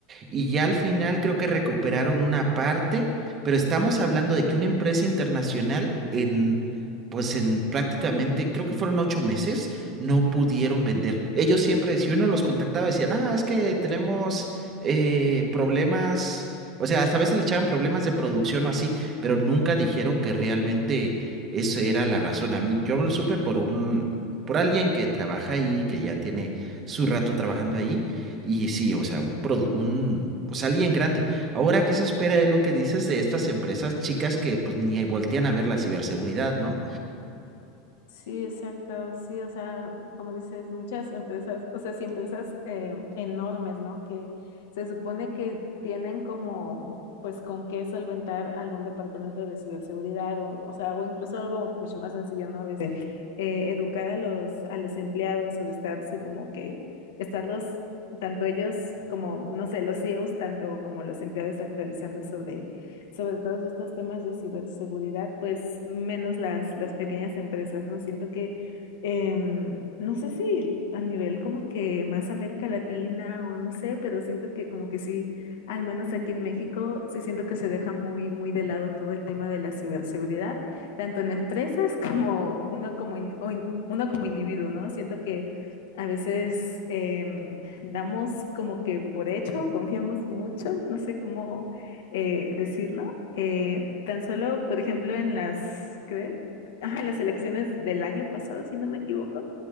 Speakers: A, on the right; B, on the left.
A: y ya al final creo que recuperaron una parte, pero estamos hablando de que una empresa internacional en, pues en prácticamente, creo que fueron ocho meses, no pudieron vender. Ellos siempre, si uno los contactaba, decían, ah, es que tenemos eh, problemas, o sea, hasta a veces le echaban problemas de producción o así, pero nunca dijeron que realmente eso era la razón. A mí, yo lo supe por un... por alguien que trabaja ahí, que ya tiene su rato trabajando ahí, y sí, o sea, un, produ- un pues alguien grande. Ahora, ¿qué se espera de lo que dices de estas empresas chicas que pues ni voltean a ver la ciberseguridad, ¿no?
B: Sí, exacto, sí, o sea, como dices, muchas empresas, o sea, sí, empresas eh, enormes, ¿no? Que se supone que tienen como, pues, con qué solventar algún departamento de ciberseguridad, o, o sea, o incluso algo mucho más sencillo, ¿no? Desde eh, educar a los, a los empleados o de estarse como que, estarlos, tanto ellos como, no sé, los CEOs, tanto como los empleados actualizando sobre todos estos temas de ciberseguridad, pues menos las, las pequeñas empresas, ¿no? Siento que, em, no sé si a nivel como que más América Latina o no sé, pero siento que como que sí, al menos aquí en México, sí siento que se deja muy, muy de lado todo el tema de la ciberseguridad, tanto en empresas <laughs> como uno como, in- o in- uno como individuo, ¿no? Siento que... A veces em, damos como que por hecho, confiamos mucho, no sé cómo, eh, decirlo. Eh, tan solo, por ejemplo, en las, ¿qué? Ajá, en las elecciones del año pasado, si no me equivoco,